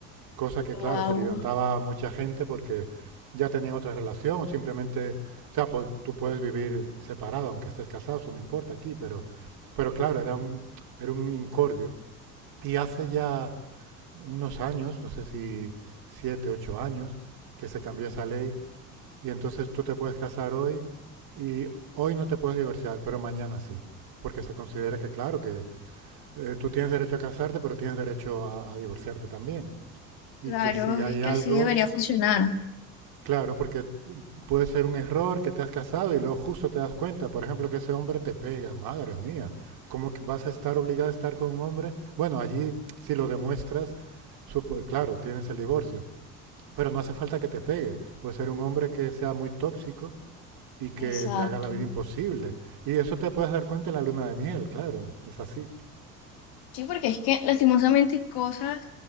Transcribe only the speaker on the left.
Wow,
claro,
es que
así debería funcionar.
Exacto.
Sí, porque es que lastimosamente hay cosas